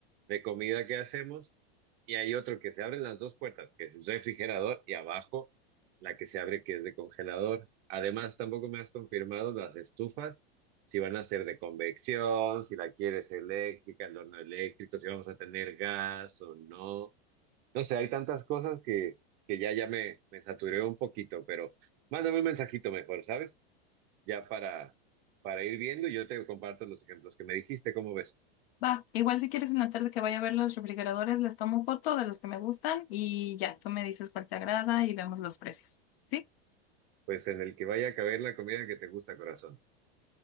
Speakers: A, on the right (about 35°); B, on the left (about 75°).
A: de comida que hacemos y hay otro que se abren las dos puertas, que es el refrigerador, y abajo la que se abre, que es de congelador. Además, tampoco me has confirmado las estufas, si van a ser de convección, si la quieres eléctrica, el horno eléctrico, si vamos a tener gas o no. No sé, hay tantas cosas que, que ya, ya me, me saturé un poquito, pero mándame un mensajito mejor, ¿sabes? Ya para, para ir viendo, yo te comparto los ejemplos que me dijiste, ¿cómo ves?
B: Va, igual si quieres en la tarde que vaya a ver los refrigeradores, les tomo foto de los que me gustan y ya, tú me dices cuál te agrada y vemos los precios. ¿Sí?
A: Pues en el que vaya a caber la comida que te gusta, corazón.